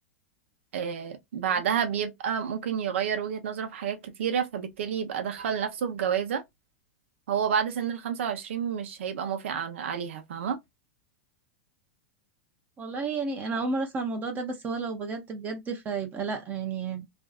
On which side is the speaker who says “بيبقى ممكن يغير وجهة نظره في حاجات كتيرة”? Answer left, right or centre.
Right